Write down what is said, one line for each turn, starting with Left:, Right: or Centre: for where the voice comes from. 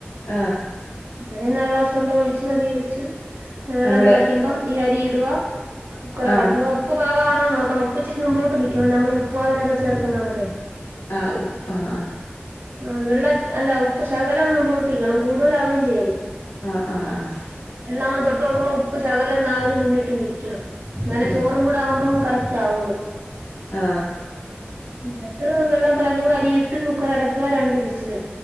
Left: ആ
Right: അന്നനെ നാല് ക്ലാസ്സ് വെള്ളമൊഴിച്ചു അതി ഒഴിച്ചു വെള്ളം
Left: നമ്മള്
Right: തിളയ്കുമ്പോ ഈ അരി ഇടുവാ കുക്കർ അടയ്ക്കുക
Left: ആഹ്
Right: ഉപ്പ് പകാണോ നോ ണം ഉപ്പ് ഇച്ചിരി മുമ്പോട്ട് നിക്കണം നമ്മൾ ഉപ്പുവാവിനൊക്കെ ചേർക്കുന്നണൊക്കെ
Left: ആഹ് ഉപ്പാ ആഹ് ആഹ
Right: ആ വെള്ള അല്ല ഉപ്പ് ശകലം ഒന്ന് മുമ്പോട്ട് നിക്കണം കൂടുതല ആവേയും ചെയ്യരുത്
Left: ആഹ് ആഹ് ആഹ്
Right: വെള്ള നമ്മൾ തൊട്ട് നോക്കുമ്പോൾ ഉപ്പ് ശകലം നവിൽ മുന്നിട്ട് നിക്കണം ന്നലെ
Left: ഉം
Right: ചോറും കൂടെ ആവുമ്പോം കറക്റ്റ് ആവുള്ളൂ
Left: ആ
Right: എന്നിട്ട് വെള്ളം തിളക്കുമ്പോ അരിയിട്ട് കുക്കർ അടക്കുവ രണ്ട് വിസിൽ